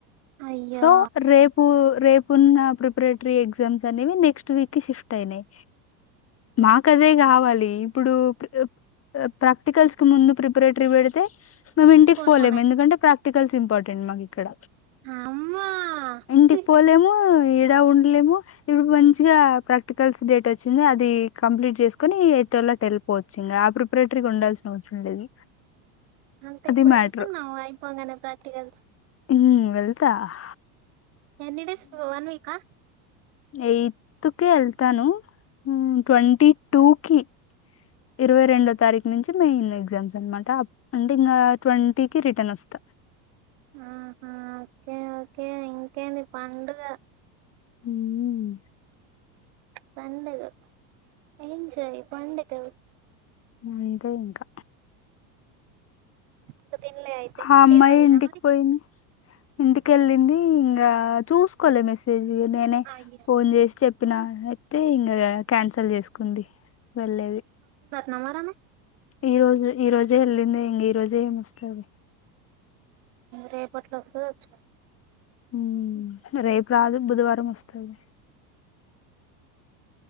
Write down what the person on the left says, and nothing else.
సో రేపూ రేపున్న ప్రిపరేటరీ ఎగ్జామ్స్ అనేవి నెక్స్ట్ వీక్ షిఫ్ట్ ఐనయ్ మాకదే కావాలి ఇప్పుడు ప్ ప్ ప్రాక్టికల్స్ కి ముందు ప్రిపరేటరీ పెడితే మేము ఇంటికి
పోలేము ఎందుకంటె ప్రాక్ట్ ర్టికల్స్ ఇంపార్టెంట్ మాక్ ఇక్కడ
ఇంటికి పోలేమూ ఇడా ఉండ్లేము ఇప్పుడు మంచిగా ప్రక్ ఆర్టికల్స్ డేట్ ఒచ్చింది అదీ కంప్లీట్ చేస్కోని ఇ ఎటోల్లు అట్ ఎల్లిపోవచ్చి ఇంగ ఆ ప్రిపరేటరీకి ఉండాల్సిన అవసరం లేదు
అది
మ్యాటర్
హమ్ వెళ్తహ్
ఐత్తుకే ఎళ్తాను మ్ ట్వంటి టూకి ఇరవై రెండో తారీఖు నుంచి మెయిన్ ఎగ్జామ్స్ అన్మాట్ ట అంటే ఇంగా ట్వంటీకి రిటర్న్ ఒస్త
హూమ్
అంతే ఇంకా
అమ్మాయి
ఇంటికి
పోయింది ఇంటికెళ్ళింది ఇంకా చూసుకోలే మెసేజ్ నేనే
ఫోన్ చేసి చెప్పినా తే ఇంగ కేన్స్ ల్ చేసుకుంది వెళ్లేేది
ఈ రోజు ఈ రోజే వెళ్లింద ఇంగ ఈ రోజే ఏం వస్తాది
ఉ రేపు రాదు బుధవారం వస్తుంది